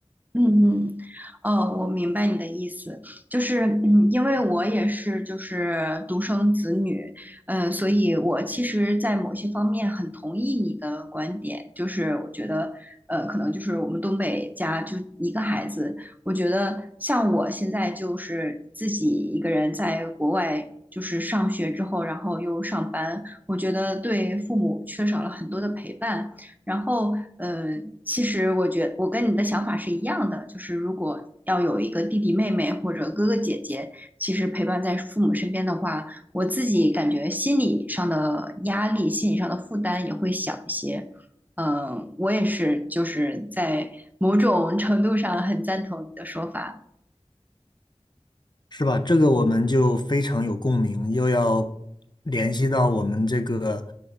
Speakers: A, on the right; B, on the left.
A: 嗯嗯，哦，我明白你的意思，就是嗯，因为我也是就是独生子女，嗯、所以我其实，在某些方面很同意你的观点，就是我觉得，呃，可能就是我们东北家就一个孩子，我觉得像我现在就是自己一个人在国外就是上学之后，然后又上班，我觉得对父母缺少了很多的陪伴。然后，呃，其实我觉我跟你的想法是一样的，就是如果要有一个弟弟妹妹或者哥哥姐姐，其实陪伴在父母身边的话，我自己感觉心理上的压力、心理上的负担也会小一些。嗯、我也是，就是在某种程度上很赞同你的说法。
B: 是吧？这个我们就非常有共鸣，又要联系到我们这个。